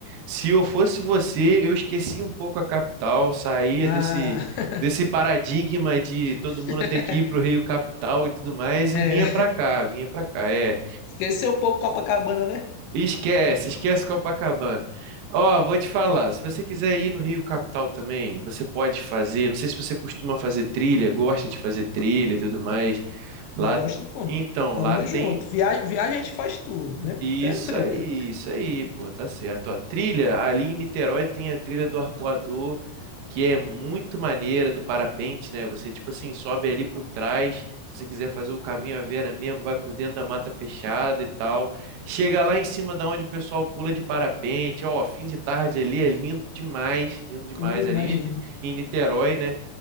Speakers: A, on the right (about 80°); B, on the left (about 80°).
A: se eu fosse você, eu esquecia um pouco a capital, saía
B: Ah,
A: desse desse paradigma de todo
B: <laughs>
A: mundo ter que ir para o Rio Capital e tudo mais,
B: é.
A: e vinha para cá, vinha para cá. É
B: Esqueceu um pouco Copacabana, né?
A: Esquece, esquece Copacabana. Ó, vou te falar, se você quiser ir no Rio Capital também, você pode fazer. Não sei se você costuma fazer trilha, gosta de fazer trilha e tudo mais. Lá,
B: Gosto, pô.
A: então,
B: Tamo
A: lá tem
B: junto. Viagem, viagem a gente faz tudo, né?
A: isso
B: Até trilha.
A: aí, isso aí, pô, tá certo. Ó, trilha, ali em Niterói tem a trilha do Arpoador, que é muito maneira do parapente, né? Você, tipo assim, sobe ali por trás. Se você quiser fazer o caminho à Vera mesmo, vai por dentro da mata fechada e tal. Chega lá em cima da onde o pessoal pula de parapente. Ó, fim de tarde ali é lindo demais, lindo demais.
B: Uh,
A: Ali
B: imagino.
A: em Nite- em Niterói, né?